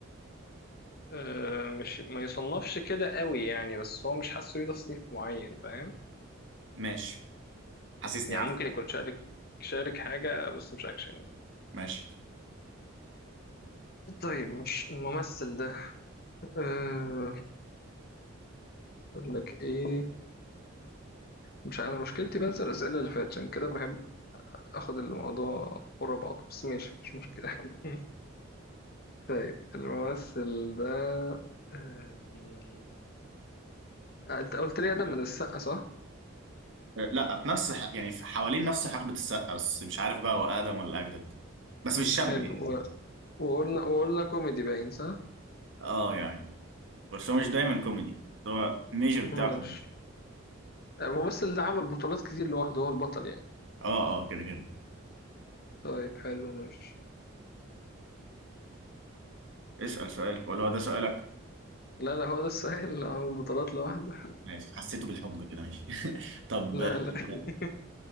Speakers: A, on the left; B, on the right.
A: آه، مش ما يصنفش كده قوي يعني بس هو مش حاسه ليه تصنيف معين فاهم
B: ماشي حاسسني
A: يعني
B: عارف
A: ممكن يكون شارك شارك حاجة بس مش أكشن يعني
B: ماشي
A: طيب مش الممثل ده أه... أقول لك إيه مش أنا مشكلتي بنسى الأسئلة اللي فاتت عشان كده بحب آخد الموضوع ورا بعضه بس ماشي مش مشكلة <laughs> طيب الممثل ده آه، آه، أنت قلت لي ده من السقا صح؟
B: آه، لا في نفس ح- يعني في حوالين نفس حقبة السقا بس مش عارف بقى هو اقدم ولا اجدد بس مش شاب
A: حلو
B: يعني
A: و... وقلنا وقلنا كوميدي باين صح؟
B: اه يعني بس هو مش دايما كوميدي هو ميجر بتاعه
A: ماشي
B: كوميدي.
A: الممثل اللي عمل بطولات كتير لوحده هو البطل يعني
B: اه اه كده كده
A: طيب حلو ماشي
B: اسأل سؤال ولا هو ده سؤالك
A: لا لا هو ده السؤال <laughs> اللي عمل بطولات لوحده
B: ماشي حسيته بالحب كده ماشي <laughs> طب
A: لا
B: آه،
A: لا <laughs>